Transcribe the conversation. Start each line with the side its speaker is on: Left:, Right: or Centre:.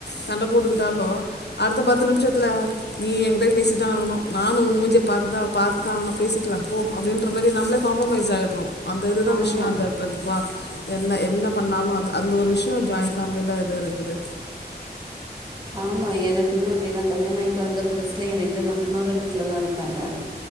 Left: சண்ட போட்டுக்கிட்டாலும் அடுத்த பத்து நிமிஷத்துல நீ என்கிட்ட பேசிதான் ஆவனும் நானும் ஒன் முஞ்ச பாத்துதா பாத்துதான் ஆகனும் பேசிக்கலாம் போ அப்டின்ற மாதிரி நம்மளே காம்ப்ரமைஸ் ஆயிட்றோம் அந்த இதுதான்
Right: ஆமாம்
Left: விஷயம் அந்த வா என்ன என்ன பண்ணாலும் அது அந்த ஒரு விஷயம் ஜாயிண்ட் ஃபேமிலில எதோ இருக்குது
Right: ஆமா எனக்குமே அப்டிதான் கல்யாணம் ஆயிட்டு வந்த புதுசுல என் ரெண்டு நாத்துனாருமே வீட்ல தான் இருந்தாங்க